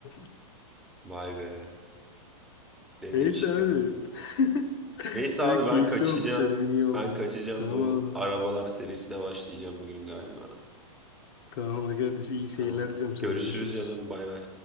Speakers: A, on the left; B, in the centre.
A: <laughs>
B: Vay be. Ne
A: Neyse
B: değişik
A: abi.
B: adamlar.
A: <laughs>
B: Neyse
A: Öyle
B: abi
A: keyifli
B: ben kaçacağım.
A: oldu söylediğin iyi oldu.
B: Ben kaçacağım
A: Tamam
B: bu
A: abi.
B: arabalar serisine başlayacağım bugün galiba.
A: Tamam arkadaşlar iyi seyirler
B: Tamam.
A: diliyorum sana.
B: Görüşürüz
A: Görüşürüz.
B: canım bay bay.